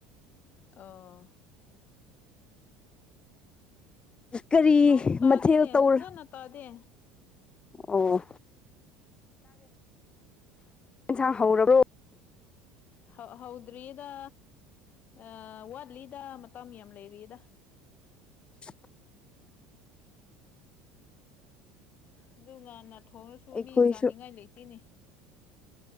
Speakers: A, on the left; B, on the left.
A: ꯑꯣ
B: ꯀꯔꯤ
A: ꯅꯣꯡ ꯇꯥꯗꯦꯅꯦ
B: ꯃꯊꯦꯜ ꯇꯧꯔ
A: ꯐꯖꯅ ꯇꯥꯗꯦ
B: ꯑꯣ
A: <unintelligible>
B: ꯑꯦꯟꯁꯥꯡ ꯍꯧꯔꯕ꯭ꯔꯣ
A: ꯍ ꯍꯧꯗ꯭ꯔꯤꯌꯦꯗ ꯑ ꯋꯥꯠꯂꯤꯗ ꯃꯇꯝ ꯌꯥꯝ ꯂꯩꯔꯤꯌꯦꯗ
B: <unintelligible>
A: ꯑꯗꯨ ꯉꯥꯟꯅ ꯊꯣꯡꯉꯁꯨ
B: ꯑꯩꯈꯣꯏꯁꯨ
A: ꯃꯤ ꯆꯥꯅꯤꯡꯉꯥꯢ ꯂꯩꯇꯦꯅꯦ